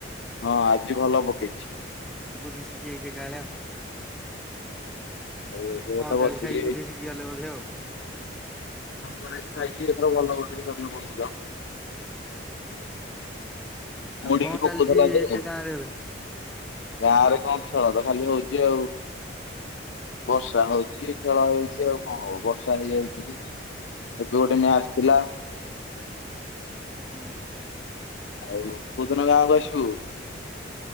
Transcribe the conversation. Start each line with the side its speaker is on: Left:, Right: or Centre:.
Left: ହଁ ଆଜି ଭଲ ପକେଇଛି
Centre: ବୁଦ୍ଧି ଶିଖି ଯାଇଛି ଏକା ବେଳେ ଆଉ
Left: ଆଉ ଏଠି
Centre: ହଁ <unintelligible>
Left: ତ ବସିକି
Centre: ଚାଲିି ଖାଇକି ବୁଧି ଶିଖି ଗଲେ ବୋଧେ ଆଉ
Left: <unintelligible> ହଁ ଖାଇକି ଏତର ଭଲ ହ କ କହୁଥିଲ। <unintelligible>
Centre: ଆଉ
Left: ମୁଡିକି
Centre: କଣ
Left: <unintelligible>
Centre: ଚାଲିଛି
Left: କ କହୁଥିଲା <unintelligible> ଯେ
Centre: ଗାଁରେ ଏବେ
Left: ଗାଁ ରେ କଣ ଖେଳ ତ ଖାଲି ହଉଛି ଆଉ। ବର୍ଷା ହଉଛି ଖେଳ ହେଇଛି ଆଉ କଣ ହବ ବର୍ଷା ହେଇଯାଉଛି। ଏବେ ଗୋଟେ ମ୍ୟାଚ ଥିଲା।
Centre: ହୁଁ
Left: ଆଉ କୋଉ ଦିନ ଗାଁକୁ ଆସିବୁ?